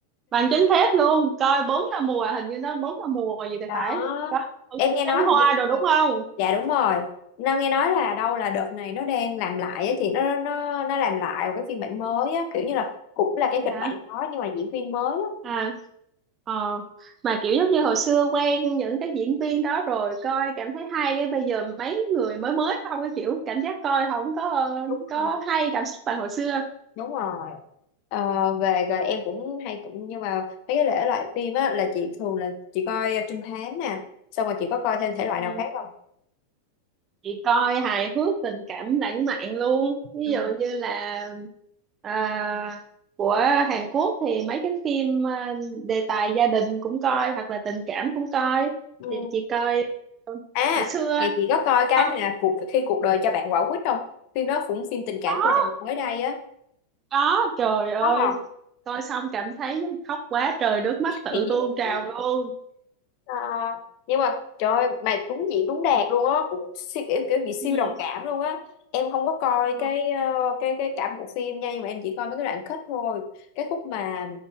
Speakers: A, on the right (about 25°); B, on the left (about 45°).
A: bằng chứng thép luôn coi bốn năm mùa hình như nó bốn năm mùa gì thì
B: đó
A: phải có
B: em nghe
A: Trấn
B: nói
A: Hoa
B: hình như
A: rồi đúng không
B: dạ đúng rồi Nam nghe nói là đâu là đợt này nó đang làm lại á chị nó nó nó làm lại một cái phiên bản mới á kiểu như là cũng là cái
A: phải
B: kịch
A: hả
B: bản đó nhưng mà diễn viên mới á
A: à Ờ, mà kiểu giống như hồi xưa quen những cái diễn viên đó rồi coi cảm thấy hay cái bây giờ mấy người mới mới không cái kiểu cảm giác coi không có ờ,
B: đúng
A: có
B: rồi
A: hay cảm xúc bằng hồi xưa
B: đúng rồi Ờ, về rồi em cũng hay cũng nhưng mà mấy cái thể loại phim á là chị thường là chị coi trinh thám nè xong rồi chị có coi thêm thể loại
A: ừ.
B: nào khác không
A: chị coi hài hước tình cảm lãng mạn luôn ví
B: Ừ.
A: dụ như là à, của Hàn Quốc thì mấy cái phim ờ, đề tài gia đình cũng coi hoặc là tình cảm cũng coi
B: Ừ,
A: thì chị coi
B: À,
A: hồi xưa
B: vậy chị có coi cái
A: xong
B: mà cuộc khi cuộc đời cho bạn quả quýt không? Phim đó cũng phim tình cảm
A: có
B: gia đình mới đây á.
A: có trời ơi
B: Khóc không?
A: coi xong cảm thấy khóc quá trời nước mắt
B: <laughs>
A: tự tuôn trào luôn
B: Ờ, nhưng mà trời ơi, mà đúng diễn đúng đạt luôn á, cũng siêu, kiểu, kiểu bị siêu
A: ừ
B: đồng cảm luôn á. Em không có coi
A: ừ
B: cái ờ, cái cái cả bộ phim nha, nhưng mà em chỉ coi mấy cái đoạn kết thôi. Cái khúc mà